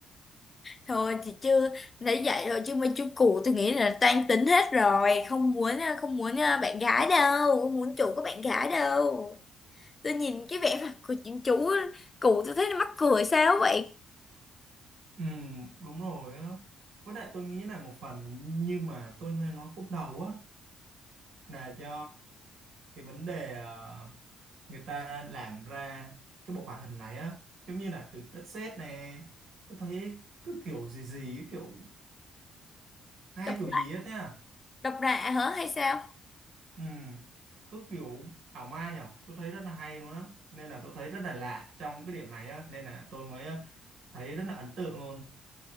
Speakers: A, on the left (about 30°); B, on the right (about 75°).
A: thôi thì chưa nãy dạy rồi chứ mấy chú cụ tôi nghĩ là toan tính hết rồi không muốn không muốn à, bạn gái đâu không muốn chủ có bạn gái đâu tôi nhìn cái vẻ mặt của những chú cụ tôi thấy nó mắc cười sao vậy
B: Ừm, đúng rồi á với lại tôi nghĩ là một phần như mà tôi nói khúc đầu á là do cái vấn đề ờ, người ta làm ra cái bộ hoạt hình này á giống như là từ đất sét nè tôi thấy cứ kiểu gì gì ấy, kiểu hai
A: độc
B: kiểu
A: lạ
B: gì hết nhá
A: độc lạ hả hay sao
B: ừ cứ kiểu ảo ma nhở tôi thấy rất là hay luôn á nên là tôi thấy rất là lạ trong cái điểm này á nên là tôi mới ờ, thấy rất là ấn tượng luôn